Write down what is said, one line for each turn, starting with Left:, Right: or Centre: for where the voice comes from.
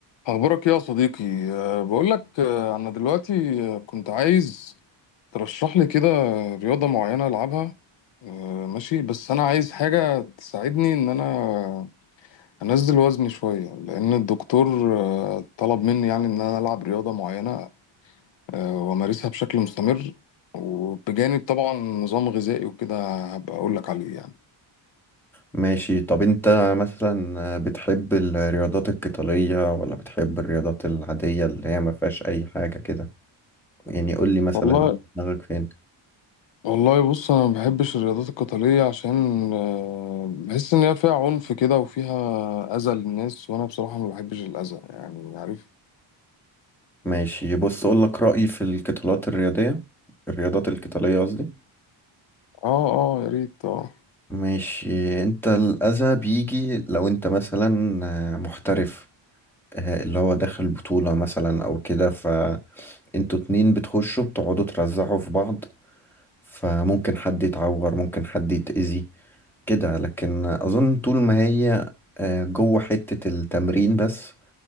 Left: أخبارك إيه يا صديقي؟ أه بقول لك أه أنا دلوقتي أه، كنت عايز ترشح لي كده رياضة معينة ألعبها أه ماشي بس أنا عايز حاجة تساعدني إن أنا أنزل وزني شوية لأن الدكتور أه طلب مني يعني إن أنا ألعب رياضة معينة أه وأمارسها بشكل مستمر وبجانب طبعا نظام غذائي وكده هبقى أقول لك عليه يعني.
Centre: ماشي طب انت مثلا بتحب الرياضات القتالية ولا بتحب الرياضات العادية اللي هي ما فيهاش اي حاجة كده يعني قول لي مثلا
Left: والله
Centre: انت دماغك فين
Left: والله بص انا ما بحبش الرياضات القتاليه عشان آه، بحس ان هي فيها عنف كده وفيها اذى للناس وانا بصراحه ما بحبش الاذى يعني عارف
Centre: ماشي بص اقول لك رأيي في القتالات الرياضية الرياضات القتالية قصدي
Left: اه اه يا ريت اه
Centre: ماشي انت الأذى بيجي لو انت مثلا آه، محترف آه، اللي هو داخل بطولة مثلا او كده فانتوا اتنين بتخشوا بتقعدوا ترزعوا في بعض فممكن حد يتعور ممكن حد يتأذي كده لكن اظن طول ما هي آه، جوه حتة التمرين بس